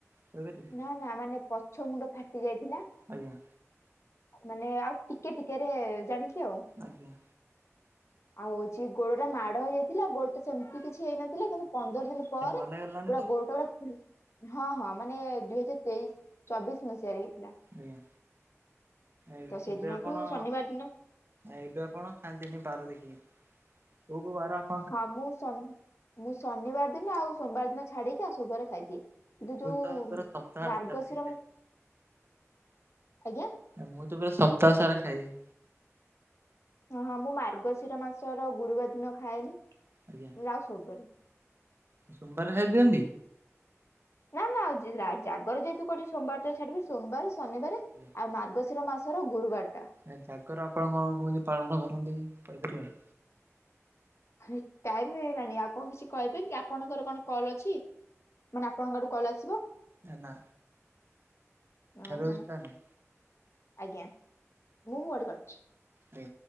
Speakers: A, on the right (about 50°); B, on the left (about 60°).
A: କହିପାରିବେ
B: ନା ନା ମାନେ ପଛ ମୁଣ୍ଡ ଫାଟି ଯାଇଥିଲା।
A: ଆଜ୍ଞା
B: ମାନେ ଆଉ ଟିକେ ଟିକେରେ ଜାଣିକି ଆଉ।
A: ଆଜ୍ଞା।
B: ଆଉ ହଉଛି ଗୋଡଟା ମାଡ ହେଇଯାଇଥିଲା ଗୋଡଟା ସେମିତି କିଛି ହେଇନଥିଲା କିନ୍ତୁ ପନ୍ଦର ଦିନ ପରେ
A: ଏ ଭଲ ହେଇଗଲାଣି
B: ପୁରା
A: ତ?
B: ଗୋଡଟା ପା ହଁ ହଁ। ମାନେ ଦୁଇ ହଜାର ତେଇଶ ଚବିଶ ମସିହାରେ ହେଇଥିଲା।
A: ଆଜ୍ଞା ଏ-ଏବେ
B: ତ ସେଦିନଠୁ
A: ଆପଣ
B: ଶନିବାର ଦିନ
A: ଏବେ ଆପଣ ଖାଆନ୍ତିନି ବାର ଦେଖିକି କଉ କଉ ବାର ଆ
B: ହଁ ମୁଁ ଶନି- ମୁଁ ଶନିବାର୍ ଦିନ ଆଉ ସୋମବାର୍ ଦିନ ଛାଡିକି ଆଉ ସବୁବାରେ ଖାଇଦିଏ।
A: ମୁଁ
B: ଯଉ
A: ତ ପୁରା ସପ୍ତାହଟେ
B: ମାର୍ଗଶିର
A: ଛାଡିକି
B: ମାସ -ଆଜ୍ଞା।
A: ମୁଁ ତ ପୁରା ସପ୍ତାହ ସାରା ଖାଇବି।
B: ଓ -ହଁ -ମୁଁ ମାର୍ଗଶିର ମାସର ଗୁରୁବାର ଦିନ ଖାଏନି।
A: ଆଜ୍ଞା।
B: ନହେଲେ ଆଉ ସବୁ ବାରେ।
A: ସୋମବାରେ ଖାଇ ଦିଅନ୍ତି?
B: ନା- ନା ଆଉ ଜେ-ଜାଗର ଯହେତୁ କରୁଚି ସୋମବାର ତ ଛାଡିବି ସୋମବାରେ ଶନିବାରେ
A: କି୍ଞ
B: ଆଉ ମାର୍ଗଶିର ମାସର ଗୁରୁବାର୍ ଟା।
A: ଏ ଜାଗର ଆପଣ କଣ କେମିତି ପାଳନ କରନ୍ତି କହିପାରିବେ?
B: <unintelligible> ଟାଇମ୍ ହେଇଗଲାଣି ଆଉ କଣ କିଛି କହିବେ କି ଆପଣଙ୍କର କଣ କଲ୍ ଅଛି? ମାନେ ଆପଣଙ୍କ ଆଡୁ କଲ୍ ଆସିବ?
A: ନା
B: ଓହୋ
A: ରୋଜ୍ ତା ନାଇଁ
B: -ଆଜ୍ଞା ମୁଁ ମୋ ଆଡୁ କଲ୍ କରୁଚି।
A: ହ୍